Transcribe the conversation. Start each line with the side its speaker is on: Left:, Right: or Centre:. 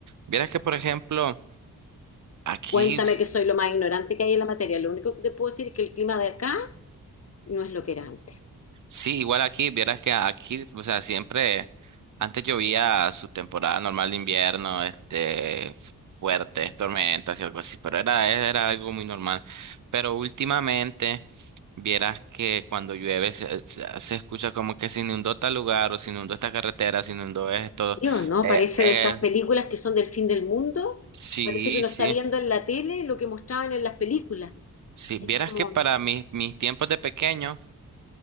Right: vieras que, por ejemplo, aquí
Left: Cuéntame
Right: sí
Left: que soy lo más ignorante que hay en la materia. Lo único que te puedo decir es que el clima de acá no es lo que era antes.
Right: Sí, igual aquí, vieras que aquí, o sea, siempre, antes llovía su temporada normal de invierno, este, fuertes tormentas y algo así, pero era, era algo muy normal. Pero últimamente, vieras que cuando llueve se, se- se escucha como que se inundó tal lugar, o se inundó esta carretera, se inundó esto.
Left: Dios, ¿no?
Right: Eh,
Left: Parece
Right: eh,
Left: de esas películas que son del fin del mundo.
Right: sí,
Left: Parece que uno
Right: sí.
Left: está viendo en la tele lo que mostraban en las películas.
Right: Sí,
Left: Es
Right: vieras
Left: como,
Right: que para mis, mis tiempos de pequeño,